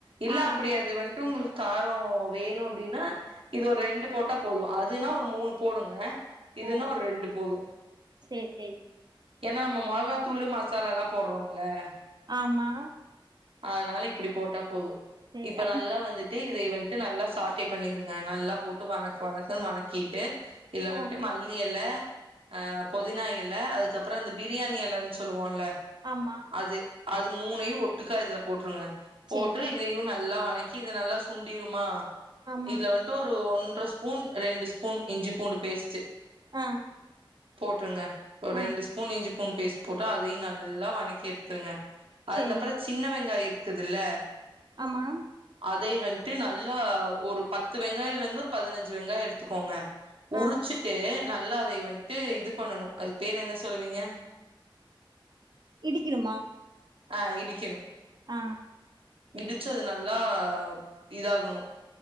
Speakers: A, on the right; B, on the right.
A: இல்ல
B: ஆ
A: அப்டி அது வந் ட்டு உங்களுக் காரம் வேணு அப்டின்னா இது ஒரு ரெண்டு போட்டா போது அதுன்னா ஒரு மூணு போடுங்க இதுன்னா
B: ஓ
A: ஒரு ரெண்டு போது
B: சேரி சேரி
A: ஏன்னா நம்ம மொளகாத்தூளு மசாலா எல்லா போட்றோம்ல
B: ஆமா
A: அதனால இப்டி போட்டா போது
B: சேரி
A: இப்ப
B: அப்
A: நல்லா வந்துட் டு இதைய வந்ட்டு நல்லா சார்ட்டே பண்ணிருங்க நல்லா போட்டு வதக்கு வதக்குன்னு வதக்கிட்டு இதுல
B: ஆ
A: வந்ட்டு மல்லி எல ஆ பொதினா எல அதுக்கப்புற இந்த பிரியாணி எலன்னு சொல்லுவோல்ல
B: ஆமா
A: அது அது மூணையு ஒட்டுக்கா இதுல போட்டுருங்க போட்டு
B: சேரி
A: இதையு நல்லா வதக் கி இது நல்லா சுண்டிருமா
B: ஆமா
A: இதுல வந் ட்டு ஒரு ஒன்ற ஸ்பூன் ரெண்டு ஸ்பூன் இஞ்சி பூண்டு பேஸ்ட்டு
B: ஆ
A: போட்டுருங்க ஒரு
B: ஆ
A: ரெண்டு ஸ்பூன் இஞ்சி பூன் பேஸ்ட் போட்டு அதையும் நல்லா வணக்கி எடுத்துருங்க அதுக்கப்புறம்
B: சேரி
A: சின்ன வெங்காய் இருக்குதுல்ல
B: ஆமா
A: அதை வந்துட்டு நல்லா ஒரு பத்து வெங்காயம்ல இருந்து ஒரு பதினஞ்சு வெங்காயம் எடுத்துக்கோங்க உரிச்சுட்டு
B: ஆ
A: நல்லா அதை வந்துட்டு இது பண்ணணும் அது பேர் என்ன சொல்லுவீங்க
B: இடிக்கணுமா
A: ஆ இடிக்கணும்
B: ஆ
A: இடிச்ச அது நல்லா இதாகணும்